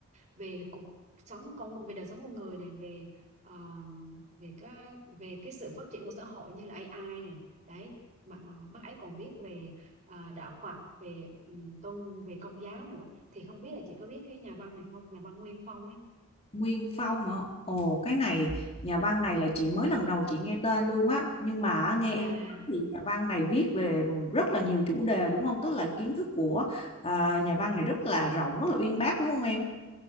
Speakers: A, on the right; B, on the left.
A: về cuộc sống con về đời sống con người này, về à, về cái về cái sự phát triển của xã hội như là AI này. Đấy mà bác ấy còn viết về à, đạo Phật về ừ, tôn về công giáo nữa thì không biết là chị có biết cái nhà văn này không nhà văn Nguyên Phong ấy
B: Nguyên Phong hả? Ồ cái này nhà văn này là chị mới lần đầu chị nghe tên luôn á nhưng mà nghe
A: à
B: em nói thì nhà văn này viết về rất là nhiều chủ đề đúng không tức là kiến thức của à, nhà văn này rất là rộng rất là uyên bác đúng không em